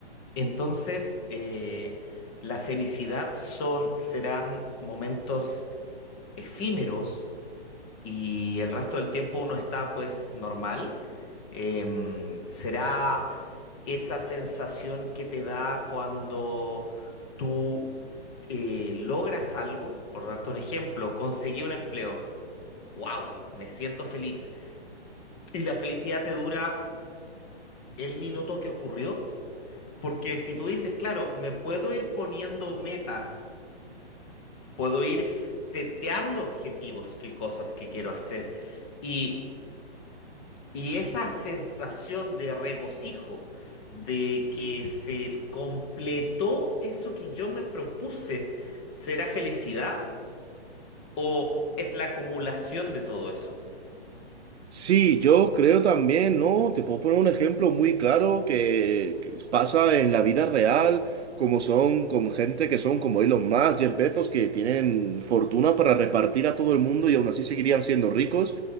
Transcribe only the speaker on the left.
Entonces, eh, la felicidad son, serán momentos efímeros, y el resto del tiempo uno está pues normal, em, será esa sensación que te da cuando tú eh, logras algo, por darte un ejemplo, conseguí un empleo, wow, me siento feliz. Y la felicidad te dura el minuto que ocurrió, porque si tú dices, claro, me puedo ir poniendo metas, puedo ir seteando objetivos, qué cosas que quiero hacer. Y Y esa sensación de regocijo, de que se completó eso que yo me propuse, ¿será felicidad o es la acumulación de todo eso?